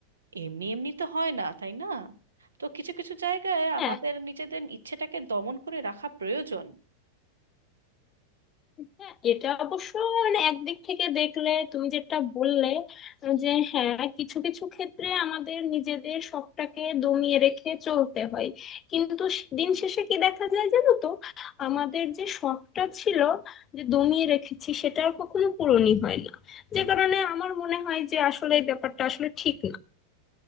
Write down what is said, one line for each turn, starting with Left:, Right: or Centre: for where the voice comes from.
Right: এমনি এমনি তো হয় না তাই না তো কিছু কিছু জায়গায়
Left: হ্যাঁ
Right: আমাদের নিজেদের ইচ্ছেটাকে দমন করে রাখা প্রয়োজন
Left: হ্যাঁ, এটা অবশ্য মানে একদিক থেকে দেখলে তুমি যেটা বললে যে হ্যাঁ কিছু কিছু ক্ষেত্রে আমাদের নিজেদের শখটাকে দমিয়ে রেখে চলতে হয় কিন্তু স- দিন শেষে কি দেখা যায় জানো তো আমাদের যে শখটা ছিল যে দমিয়ে রেখেছি সেটা আর কখনো পূরণই হয় না যে কারণে আমার মনে হয় যে আসলে এই ব্যাপারটা আসলে ঠিক